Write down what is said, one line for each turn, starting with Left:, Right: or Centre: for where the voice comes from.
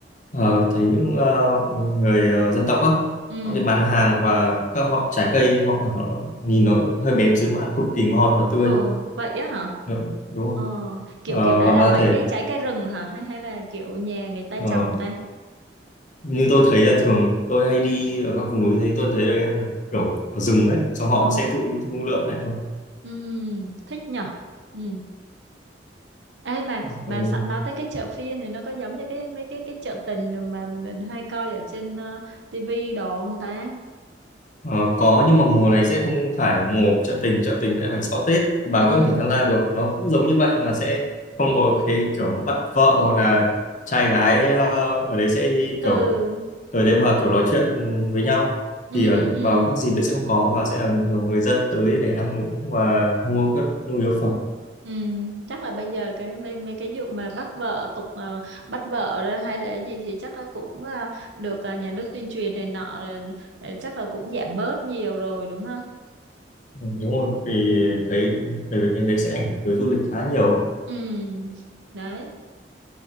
Left: Ờ, thấy những ờ, người ờ, dân tộc á
Right: Ừ
Left: họ đi bán hàng và các họ trái cây hoa quả họ nhìn nó hơi bém xíu mà ăn cực kỳ ngon và tươi
Right: Ồ, vậy á hả?
Left: Được, đúng không
Right: Ờ, kiểu
Left: Ờ,
Right: kiểu đấy
Left: và
Right: là
Left: bà
Right: mấy
Left: thể
Right: cái trái cây rừng hả? Hay hay là kiểu nhà người ta
Left: ờ,
Right: trồng ta?
Left: như tôi thấy là thường tôi hay đi ở các vùng núi thấy tôi thấy đấy là kiểu ở rừng ấy xong họ
Right: Ồ,
Left: sẽ tự thu lượm lại thôi
Right: ừm, thích nhở? ừ Ê mà
Left: Ờ,
Right: mà
Left: ừ.
Right: sẵn nói tới cái chợ phiên này nó có giống như cái mấy cái cái chợ tình mà mình hay coi ở trên uh, tivi đồ không ta?
Left: Ờ, có nhưng mà mùa này sẽ không phải mùa của chợ tình chợ tình sẽ phải sau Tết thì bà
Right: Ừ.
Left: vẫn có thể tham gia được nó cũng giống như vậy mà sẽ không có cái kiểu bắt vợ hoặc là trai gái ờ, ở đấy sẽ đi
Right: Ừ.
Left: kiểu tới đấy và kiểu nói chuyện với nhau
Right: Ừ
Left: thì ở,
Right: ừ.
Left: vào các dịp đấy sẽ không có và sẽ là thường người dân tới để ăn uống và mua các nhu yếu phẩm
Right: Ừ, chắc là bây giờ cái mấy, mấy cái vụ mà bắt vợ tục ờ, bắt vợ đó hay là cái gì thì chắc là cũng ờ, được ờ, nhà nước tuyên truyền này nọ rồi, ờ, chắc là cũng giảm bớt nhiều rồi đúng không?
Left: Ừ, đúng rồi Vì thấy bởi vì cái đấy sẽ ảnh hưởng tới du lịch khá nhiều ấy.
Right: Ừ. Đấy.